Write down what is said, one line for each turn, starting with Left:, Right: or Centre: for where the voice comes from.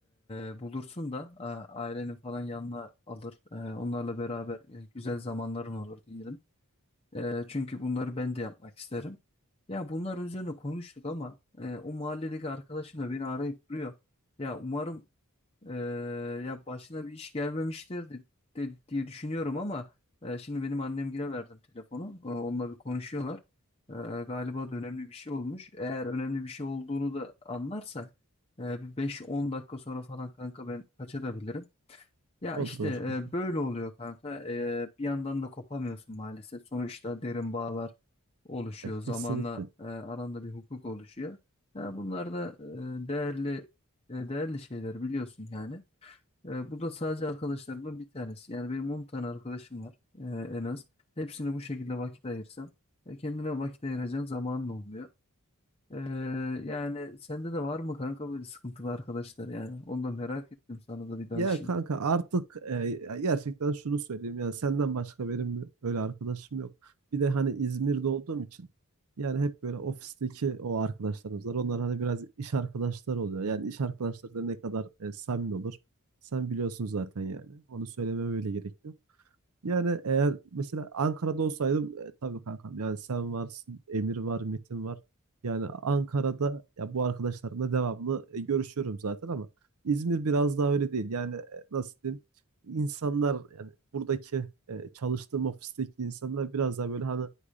Left: e, bulursun da a- ailenin falan yanına alır. E, onlarla beraber e, güzel zamanların olur diyelim. E, çünkü bunları ben de yapmak isterim. Ya bunlar üzerine konuştuk ama e, o mahalledeki arkadaşım da beni arayıp duruyor. Ya umarım ee, ya başına bir iş gelmemiştir de- de- diye düşünüyorum ama e, şimdi benim annemgile verdim telefonu. Ee, onunla bir konuşuyorlar. Ee, galiba da önemli bir şey olmuş. Eğer önemli bir şey olduğunu da anlarsak e, bir 5-10 dakika sonra falan kanka ben kaçabilirim. Ya
Right: Olur
Left: işte
Right: olur
Left: e,
Right: kanka.
Left: böyle oluyor kanka. Ee, bir yandan da kopamıyorsun maalesef. Sonuçta derin bağlar oluşuyor.
Right: Ya
Left: Zamanla
Right: kesinlikle.
Left: e, aranda bir hukuk oluşuyor. Ya bunlar da e, değerli e, değerli şeyler biliyorsun yani. Ee, bu da sadece arkadaşlarımdan bir tanesi. Yani benim 10 tane arkadaşım var e, en az. Hepsine bu şekilde vakit ayırsam e, kendine vakit ayıracağın zamanın olmuyor. Ee, yani sende de var mı kanka böyle sıkıntılı arkadaşlar yani? Onu da merak ettim sana da bir danışayım.
Right: Ya kanka artık e, ya gerçekten şunu söyleyeyim. Yani senden başka benim öyle arkadaşım yok. Bir de hani İzmir'de olduğum için yani hep böyle ofisteki o arkadaşlarımız var. Onlar hani biraz iş arkadaşları oluyor. Yani iş arkadaşları da ne kadar e, samimi olur. Sen biliyorsun zaten yani. Onu söylememe öyle gerek yok. Yani eğer mesela Ankara'da olsaydım e, tabii kankam yani sen varsın, Emir var, Metin var. Yani Ankara'da ya bu arkadaşlarımla devamlı e, görüşüyorum zaten ama İzmir biraz daha öyle değil. Yani e, nasıl diyeyim? İnsanlar yani buradaki e, çalıştığım ofisteki insanlar biraz daha böyle hani